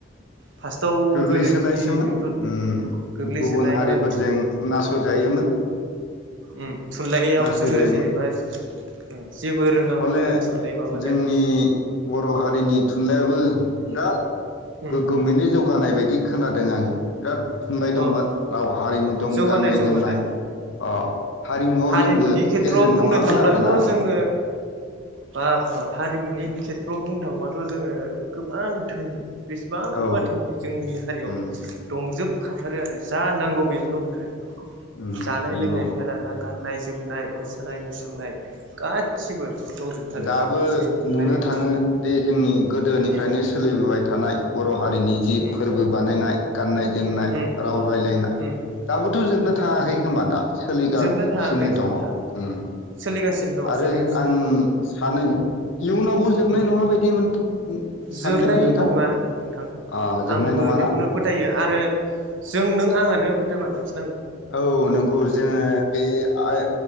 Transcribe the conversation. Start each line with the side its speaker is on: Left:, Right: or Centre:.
Right: फार्स्टआव
Left: गोग्लैसोनायसोमोन
Right: गोदो गिबि गिबियावथ'
Left: ओम
Right: गोग्लैसोनायमोन
Left: गुबुन हारिफोरजों नासयजायोमोन।
Right: ओम। थुनलाइयाव
Left: नासयजायोमोन
Right: जोङो जेनेबा ओं जेबो रोङामोन
Left: हले
Right: जोङो थुनलाइ माबानो।
Left: जोंनि बर' हारिनि थुनलाइआबो बिराद
Right: उम
Left: गोग्गोमैनो जौगानाय बायदि खोनादों आङो बिराद थुनलाइ दंमोन
Right: अ अ
Left: राव हारिमु दं
Right: जौगानाय
Left: गाननाय
Right: जौगानाय
Left: जोमनाय अ हारिमुआव जोंबो
Right: हारिमुनि खेथ्रआव
Left: गेजेन
Right: बुंनो
Left: नङामोन
Right: थांब्लाथ'
Left: आरोना
Right: जोङो बाब बाब हारिमुनि खेथ्रआव बुंनो थांबाथ' जोङो गोबां धोनि। बेसेबांबा
Left: औ
Right: धोनि जोंनि हारियाव
Left: उम
Right: जोबखाथारो आरो जा नांगौ बेनो दंथारो
Left: उम
Right: जानाय
Left: नंगौ
Right: लोंनायनिफ्राय लाना गाननाय जोमनाय मोसानाय मुसुरनाय गासिबो। दंजोबथारो
Left: दाबो
Right: जोंनि
Left: नुनो
Right: हारियाव
Left: थाङो दि जोंनि गोदोनिफ्रायनो
Right: उम
Left: सोलिबोबाय थानाय बर' हारिनि। जि
Right: उम
Left: फोरबो बानायना <unintelligible> गाननाय जोमनाय
Right: उम
Left: राव राय्लायनाय
Right: उम
Left: दाबो थ जोबनो
Right: उम
Left: थाङाखै
Right: उम
Left: खोमा दा सोलिगासिनो
Right: जोबनो थाङाखै जोबनो
Left: दङ ओम।
Right: थाङाखै सोलिगासिनो दं
Left: आरो
Right: सोलिगासिनो
Left: आं
Right: दं
Left: सानो इयुनावबो जोबनाय
Right: उम
Left: नङा बायदि मोन सानदों
Right: जोबनाय
Left: नोंथां
Right: नङा नोंथां
Left: आह जोबनाय
Right: आंबो
Left: नङाना
Right: बेखौनो फोथायो
Left: आह।
Right: आरो जों नों आंआनो फोथांना लाखि
Left: औ नंगौ जोङो बे आइ